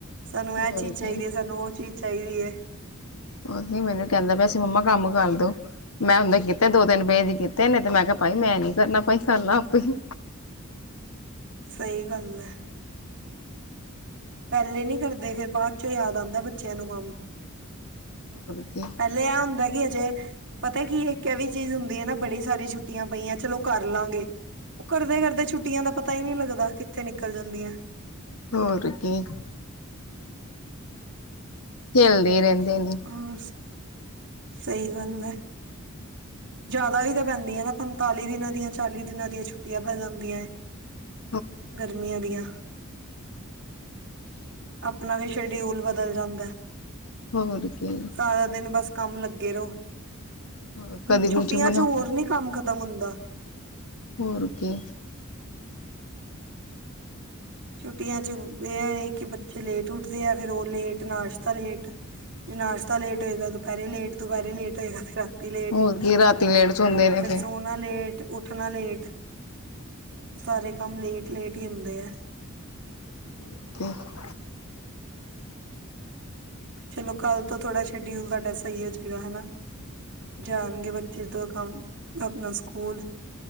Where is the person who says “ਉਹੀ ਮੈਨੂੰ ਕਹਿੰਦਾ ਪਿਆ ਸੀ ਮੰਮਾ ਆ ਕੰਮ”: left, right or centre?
Left